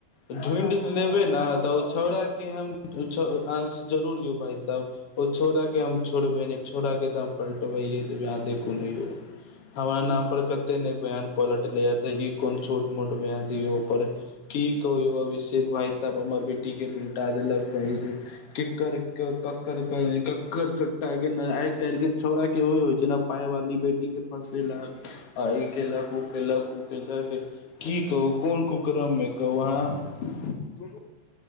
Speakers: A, on the left (about 55°); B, on the left (about 70°).
A: ढुंइढ
B: पता चलय
A: लेबै ने
B: हमरो
A: तऽ
B: कहब
A: ओ छौंड़ाके
B: भैया
A: हम छ- अं-जरूर यौ भाई साब ओ छौंड़ा के हम छोड़बे नें छौंडा के तऽ हम पल्टबैयै देबे अहाँ देखू ने यौ। हमरा नाम पर कत्ते ने बयान पलटलै त ई कोन छोट मोट बयान छै यौ पर की कहु यौ अभिषेक भाइ साब हमर बेटी के बिलटा देलक। <unintelligible> केक्कर क-कक्कर-क- कक्कर चोट्टा के न- आइ काइल के छौंड़ा के इहो होइ छै ने पाय वाली बेटी के फसेलक ई केलक ओ केलक उ केलक। की कहू कोन कुकर्रममे कहू अहाँ।
B: हमु